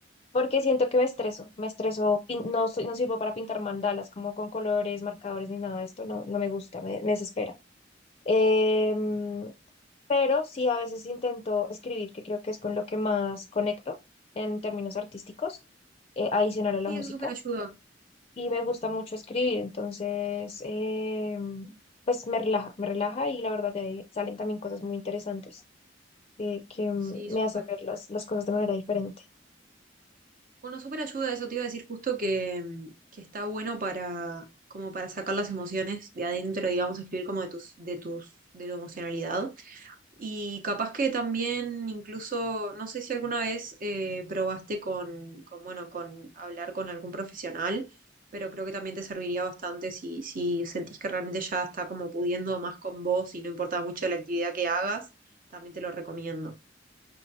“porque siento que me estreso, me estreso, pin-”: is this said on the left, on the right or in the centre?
Left